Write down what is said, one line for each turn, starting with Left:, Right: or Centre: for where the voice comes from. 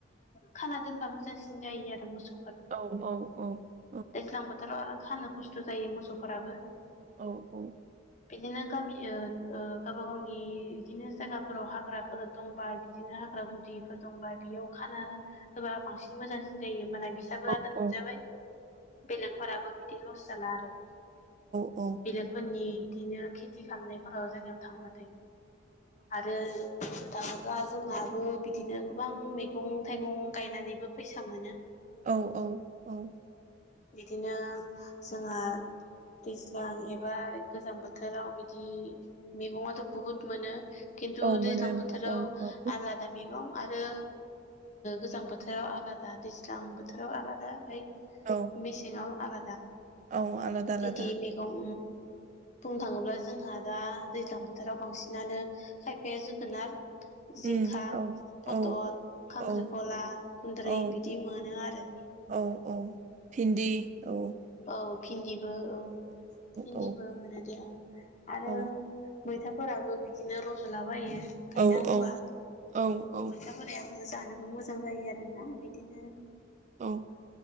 Left: खाना दोनबा मोजांसिन जायो आरो मोसौ
Right: औ औ औ
Left: दैज्लां बोथोराव आरो खानो खस्थ' जायो मोसौफोराबो
Right: औ औ
Left: बिदिनो गामि गावबा गावनि बिदिनो जायगाफोराव हाग्राफोर दंबा बिदिनो हाग्रा गुदिफोर दंबा बेयाव खाना होबा बांसिन मोजांसिन जायो ओमबाना बिसाबो
Right: औ
Left: आदार
Right: औ
Left: मोनजाबाय बेलेकफोराबो बिदि लस जाला आरो
Right: औ
Left: बेलेगफोरनि बिदिनो खेथि खालामनायफोराव जायगायाव थांबाथाय आरो थाङोब्ला दा जोंहाबो बिदिनो गोबां मैगं थाइगं गायनानैबो फैसा मोनो
Right: औ औ-औ
Left: बिदिनो जोंहा दैज्लां एबा गोजां बोथोराव बिदि मैगङाथ' बुहुत मोनो खिन्थु
Right: औ मोनो
Left: दैज्लां
Right: मोनो
Left: बोथोराव
Right: औ औ
Left: आलादा मैगं आरो गोजां बोथोराव आलादा दैज्लां बोथोराव आलादा ओमफ्राय
Right: औ
Left: मेसेङाव आलादा
Right: औ आलादा आलादा
Left: बिदि मैगं बुंनो थाङोब्ला जोंहा दा दैज्लां बोथोराव बांसिनानो खायफाया जोगोनार जिंखा
Right: उम औ
Left: पथल
Right: औ
Left: खांख्रिखला
Right: औ
Left: कुन्दुलि
Right: औ
Left: बिदि मोनो आरो
Right: औ औ भिन्दि औ
Left: औ भिन्दिबो ओं भिन्दिबो
Right: औ
Left: मोनो दे ओं आरो
Right: औ
Left: मैथाफोराबो बिदि बिदिनो रज'लाबायो गायना
Right: औ
Left: होबा
Right: औ औ औ
Left: <inaudible> जानोबो मोजां जायो आरोना बिदिनो
Right: औ